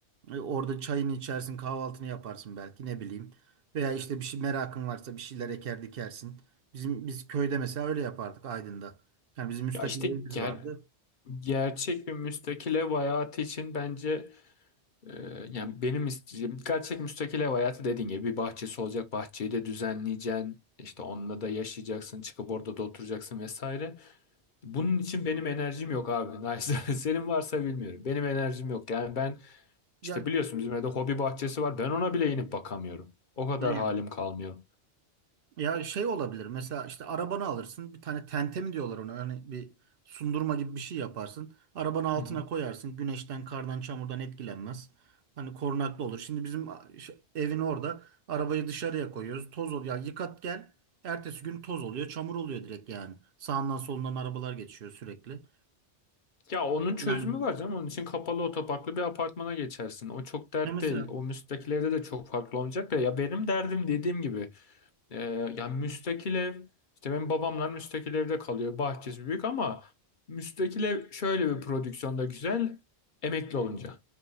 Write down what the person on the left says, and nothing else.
Ya işte
ger
gerçek bir müstakil ev hayatı için bence Ee, yani benim isteyeceğim dikkat çek müstakil ev hayatı dediğin gibi bir bahçesi olacak bahçeyi de düzenleyeceksin işte onunla da yaşayacaksın çıkıp orada da oturacaksın vesaire. Bunun için benim enerjim yok abi. <laughs> Neyse, Senin varsa bilmiyorum. Benim enerjim yok. Yani ben
işte biliyorsun bizim evde hobi bahçesi var. Ben ona bile inip bakamıyorum. O kadar
halim kalmıyor.
Hı hı.
Ya onun çözümü
var canım. Onun için kapalı otoparklı bir apartmana geçersin. O çok dert
değil. O müstakil evde de çok farklı olmayacak da ya benim derdim dediğim gibi. Ee, yani müstakil ev işte benim babamlar müstakil evde kalıyor. Bahçesi büyük ama müstakil ev şöyle bir prodüksiyonda güzel emekli olunca.